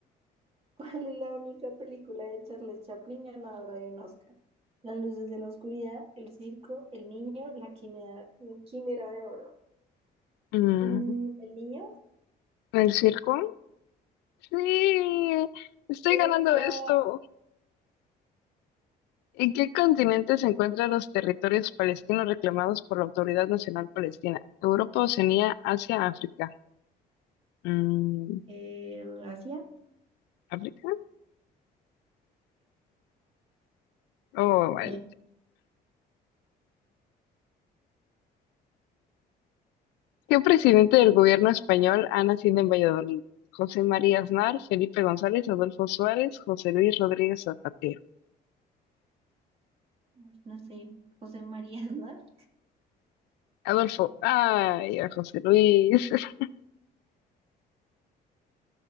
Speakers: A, on the right; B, on the left.
A: <laughs> ¿Cuál es la única película de Charles Chaplin ganadora de un Oscar? Las luces de la oscuridad, El circo, El niño, La quimera, mm, quimera de oro.
B: Mm,
A: Mm, ¿el niño?
B: ¿el circo? Sí, estoy ganando
A: ¡Epa!
B: esto. ¿En qué continente se encuentran los territorios palestinos reclamados por la Autoridad Nacional Palestina? Europa, Oceanía, Asia, África. Mm,
A: Eh, Asia.
B: ¿África? Oh, vale.
A: Eh,
B: ¿Qué presidente del gobierno español ha nacido en Valladolid? José María Aznar, Felipe González, Adolfo Suárez, José Luis Rodríguez Zapatero.
A: uy, no sé, José María Aznar.
B: Adolfo, ay, a José Luis. <laughs>